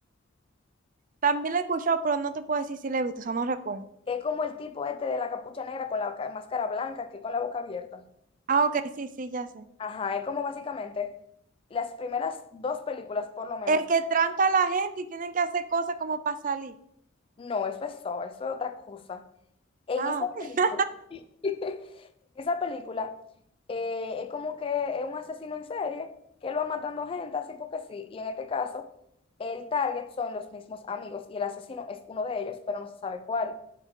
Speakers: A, on the right (about 40°); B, on the left (about 25°).
A: También la he escuchado, pero no te puedo decir si la he visto, o sea, no recuerdo.
B: Que es como el tipo este de la capucha negra con la ca- máscara blanca, que con la boca abierta.
A: Ah, ok, sí, sí, ya sé.
B: Ajá, es como básicamente las primeras dos películas, por lo menos.
A: El que tranca a la gente y tienen que hacer cosas como para salir.
B: No, eso es eso, eso es otra cosa. En
A: Ah,
B: esa película,
A: <laughs>
B: <laughs> en esa película eh, es como que es un asesino en serie que él va matando gente así porque sí. Y en este caso, el target son los mismos amigos y el asesino es uno de ellos, pero no se sabe cuál.